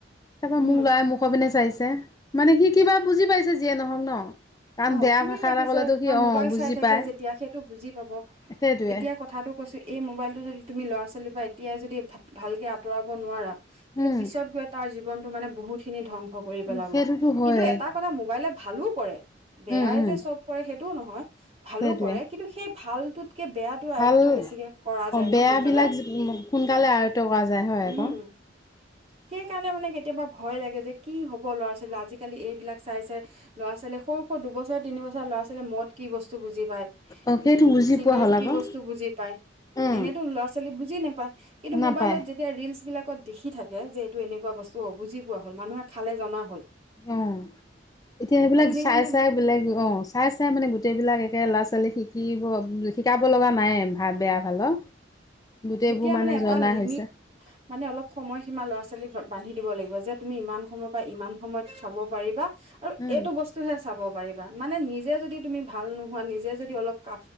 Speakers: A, on the left; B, on the right.
A: তাৰপা
B: উম
A: মোক লৱাই মুখ পিনে চাইছে, মানে সি কিবা বুজি পাইছে যিয়ে নহওঁক ন! কাৰণ
B: অঁ
A: বেয়া
B: শুনি
A: ভাষা
B: থাকিছোৰ,
A: এটা ক'লেতো সি
B: কাৰণ
A: অ
B: মোবাইল
A: বুজি
B: চাই থাকে
A: পায়
B: যেতিয়া সেইটো বুজি পাব,
A: সেইটোৱে
B: এতিয়া কথাটো কৈছো এই মোবাইলতটো যদি তুমি ল'ৰা ছোৱালী পোৱলি পৰা এতিয়াই যদি ভ ভালকে আঁতৰাব নোৱাৰা কিন্তু
A: উম
B: পিছত গৈ তাৰ জী জিৱনতু মানে বহুখিনি ধং কৰি পেলাব।
A: সেইটোতো হয়
B: কিন্তু এটা কথা ম'বাইলে ভালো কৰে। বেয়াই
A: উম উম
B: যে চব কৰে সেইটো টো নহয় ভালো
A: সেইটোৱে
B: কৰে, কিন্তু সেই ভালটো কে বেয়াটো আয়ত্ব
A: ভাল
B: বেছিকে কৰা যায়
A: অ
B: ন
A: বেয়াবিলাক
B: সোনকালে।
A: সোনকালে আয়ত্ব কৰা যায় হয়
B: উম,
A: আকৌ
B: সেই কাৰণে মানে কেতিয়াবা ভয় লাগে যে কি হ'ব ল'ৰা-ছোৱালীবিলা, আজিকালি এইবিলাক চাই চাই ল'ৰা-ছোৱালী স আকৌ দুবছৰ তিনিবছৰ ল'ৰা-ছোৱীয়ে মদ কি বচ বুজি পায়
A: অ সেইটো বুজি
B: চিগাৰেট
A: পোৱা হ'ল
B: কি
A: আকৌ
B: বস্তু বুজি পায়
A: উম
B: এনেতো ল'ৰা ছোৱালী বুজ বজি নাপা কিন্তু
A: নাপায়
B: মোবাইলত যেতিয়া ৰিলচ বিলাক দেখি থাকে যে এইটো এনেকুৱা বস্তু অবুজি পোৱা হ'ল মানুহে খালে জনা হ'ল।
A: অ এতিয়া সেইবিলাক
B: আৰু সেইকাৰণে
A: চাই চাই বেলেগ অ', চাচ চাই মানে গোটেই বিলাক একে ল'ৰা ছোৱালী শিকিব শিকাব লগা নাই ভ বেয়া ভালৰ গোটেইবোৰ
B: এতিয়া মানে এটা
A: জনা
B: লিমিট,
A: হৈছে
B: মানে অলপ খময় সীমা ল'ৰা-ছোৱালীক বা বান্ধি দিব লাগিব যে তুমি ইমান সময়ৰ পৰা ইমান সময়ত চাব পাৰিবা আৰু
A: উম
B: এইটো বস্তু হে চাব পাৰিব মানে নিজে যদি তুমি ভাল নোহোৱা নিজে যদি অলপ কা